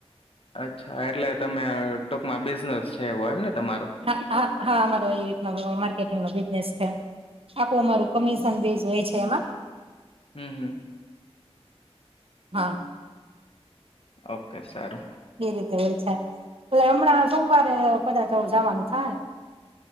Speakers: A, on the left; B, on the right.
A: અચ્છા! એટલે તમે ટૂંકમાં બિઝનેસ? છે એવો એમ ને તમારો?
B: હા હા હા! અમારો એ રીત નો માર્કેટિંગ નો બીઝ <inaudible> આખું અમારું કમિશન બેઝ હોય છે એમાં.
A: હમ હમ,
B: હા!
A: ઓકે સારું!
B: એ રીતે હોય છે. એટલે આમ હમણાં સોમવારે કદાચ જવાનું થાહે.